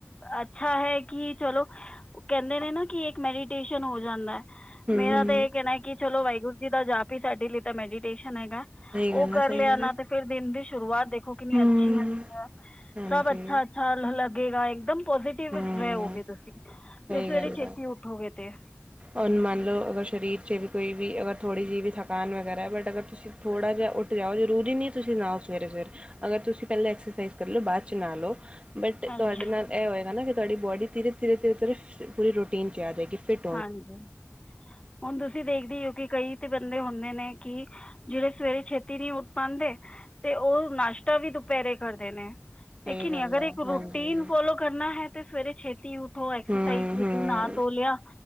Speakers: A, on the left; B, on the right.
A: ਅੱਛਾ ਹੈ ਕੀ ਚਲੋ- ਓ ਕੈਂਦੇ ਨੇ ਨਾ ਕੀ ਇੱਕ ਮੈਡੀਟੇਸ਼ਨ ਹੋ ਜਾਂਦਾ।
B: ਹੂੰ
A: ਮੇਰਾ ਤਾਂ ਐ ਕੈਣਾ ਕੀ ਚਲੋ ਵਾਹਿਗੁਰੂ ਜੀ ਦਾ ਜਾਪ ਈ ਸਾਡੇ ਲਈ ਤਾਂ ਮੈਡੀਟੇਸ਼ਨ ਹੈਗਾ।
B: ਸਹੀ
A: ਓ
B: ਗੱਲ ਆ
A: ਕਰ
B: ਸਹੀ
A: ਲਿਆ
B: ਗੱਲ
A: ਨਾ
B: ਆ
A: ਤੇ ਫਿਰ ਦਿਨ ਦੀ ਸ਼ੁਰੂਆਤ ਦੇਖੋ ਕਿੰਨੀ
B: ਹੂੰ
A: ਅਛ- ਹੁੰਦੀ ਐ। ਹ
B: ਹਾਂਜੀ
A: ਸਭ ਅੱਛਾ-ਅੱਛਾ ਲੱਗੇਗਾ ਇੱਕਦਮ। ਪੋਜ਼ਟਿਵ
B: ਹੂੰ
A: ਵੈਓਗੇ ਤੁਸੀਂ।
B: ਸਹੀ
A: ਜੇ ਸਵੇਰੇ
B: ਗੱਲ
A: ਛੇਤੀ
B: ਆ
A: ਉੱਠੋਗੇ ਤੇ।
B: ਔਰ ਮੰਨ ਲਓ ਅਗਰ ਸਰੀਰ 'ਚ ਵੀ ਕੋਈ ਵੀ ਅਗਰ ਥੋੜ੍ਹ ਜਿਈ ਵੀ ਥਕਾਨ ਵਗੈਰਾ ਐ ਬਟ ਅਗਰ ਤੁਸੀਂ- ਥੋੜ੍ਹਾ ਜਿਹਾ ਉਠ ਜਾਓ। ਜਰੂਰੀ ਨੀ ਤੁਸੀਂ ਨਾਓ ਸਵੇਰੇ-ਸਵੇਰੇ। ਅਗਰ ਤੁਸੀਂ ਪੇਲਾਂ ਐਕਸਰਸਾਈਜ਼ ਕਰ ਲਓ। ਬਾਅਦ' ਚ ਨਾ ਲਓ। ਬਟ
A: ਹਾਂਜੀ
B: ਤੁਆਡੇ ਨਾਲ ਏ ਹੋਏਗਾ ਨਾ ਕਿ ਤੁਆਡੀ ਬੋਡੀ ਧੀਰੇ ਧੀਰੇ ਧੀਰੇ ਧੀਰੇ ਪੂਰੀ ਰੂਟੀਨ 'ਚ ਆ ਜਾਏਗੀ। ਫਿਟ
A: ਹਾਂਜੀ, ਹੁਣ ਤੁਸੀਂ ਦੇਖਦੇ ਓ ਕੀ ਕਈ ਤੇ ਬੰਦੇ ਹੁੰਦੇ ਨੇ ਕੀ- ਜੇੜੇ ਸਵੇਰੇ ਛੇਤੀ ਨੀ ਉੱਠ ਪਾਂਦੇ ਤੇ ਓ ਨਾਸ਼ਤਾ ਵੀ ਦੁਪੈਰੇ ਕਰਦੇ ਨੇ। ਹੈ
B: ਸਹੀ
A: ਕੇ ਨੀ।
B: ਗੱਲ
A: ਅਗਰ
B: ਹੈ
A: ਇੱਕ
B: ਹਾਂਜੀ
A: ਰੂਟੀਨ ਫੋਲੋ- ਕਰਨਾ ਹੈ ਤੇ ਸਵੇਰੇ ਛੇਤੀ ਉੱਠੋ ਐਕਸਰਸਾਈਜ਼
B: ਹੂੰ
A: ਕੀਤੀ
B: ਹੂੰ
A: ਨਾਅ -ਧੋ ਲਿਆ।